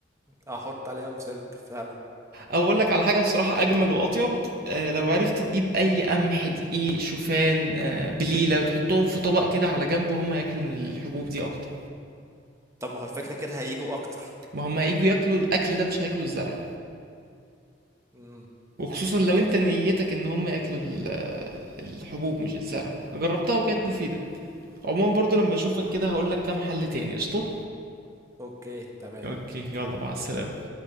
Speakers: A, on the right; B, on the right.
A: احط عليهم سلك فعلا
B: او اقول لك على حاجه بصراحه اجمل واطيب آه، لو عرفت تجيب اي قمح دقيق شوفان آه، بليله وتحطهم في طبق كده على جنب وهم هياكلوا من الحبوب دي اكتر
A: طب ما هو الفكرة كده هيجوا أكتر
B: ما هم هيجوا ياكلوا الاكل ده مش هياكلوا الزرع
A: امم
B: وخصوصا
A: أمم،
B: لو انت
A: فكرة
B: نيتك ان هم ياكلوا ال- آه، الحبوب مش الزرع جربتها وكانت مفيدة عموما برضو لما اشوفك
A: آه. آه.
B: كده هقولك كام حل تاني قشطة
A: أوكي تمام
B: اوكي يلا مع السلامة